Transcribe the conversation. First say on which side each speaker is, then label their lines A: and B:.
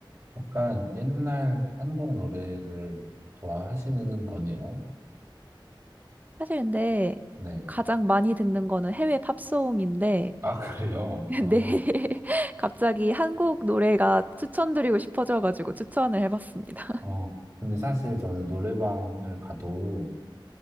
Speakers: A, on the right (about 35°); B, on the right (about 20°).
A: 약간 옛날 한국 노래를 좋아하시는 거네요.
B: 사실 근데
A: 네.
B: 가장 많이 듣는 거는 해외 팝송인데
A: 아, <laughs> 그래요?
B: <laughs>
A: 아,
B: 네 <laughs> 갑자기 한국 노래가 추천드리고 싶어져가지고 추천을 해봤습니다.
A: 어, 근데 사실 저는 노래방을 가도